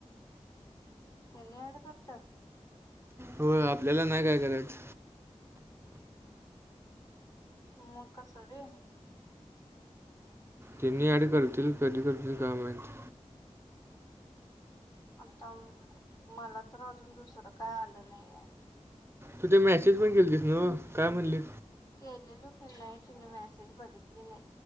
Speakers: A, on the left; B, on the right.
A: त्यांनी ऍड करतात....
B: हो आपल्याला नाही काय करायच....
A: म कसवी...
B: त्यांनी अड करतील कधी करतील का माहीत?
A: आता मला.... तर अजून दुसरं काय आलं नाहीय...
B: तू ते मॅसेज पण केेलीस नव्ह काय म्हणली?
A: केलेलो की नाही तिने मेसेज बघितली नाही.....